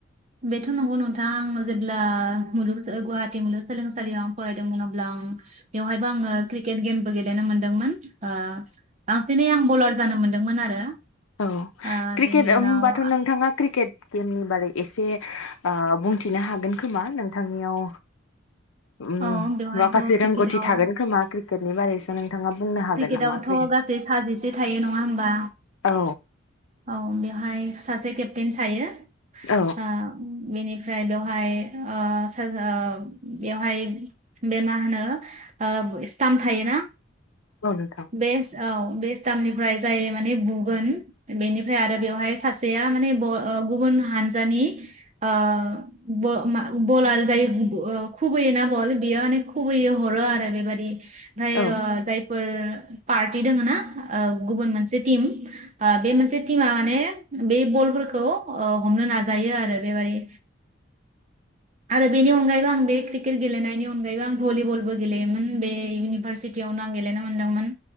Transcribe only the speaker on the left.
औ
क्रिकेट
ओमबाथ नोंथाङा क्रिकेट गेमनि बादै एसे ओ बुंथिनो हागोन खोमा नोंथांनियाव उम
माखासे
रोंगौथि थागोन खोमा! क्रिकेटनि बारैसो नोंथाङा बुंनो हागोन
नामा फैगोन
औ।
औ।
औ नोंथां।
औ